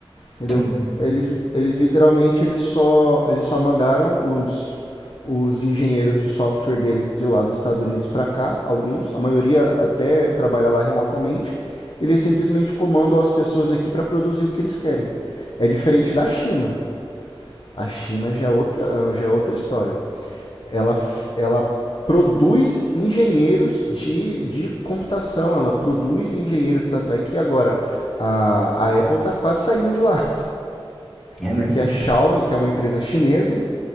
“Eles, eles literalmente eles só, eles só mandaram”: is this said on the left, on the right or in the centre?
Left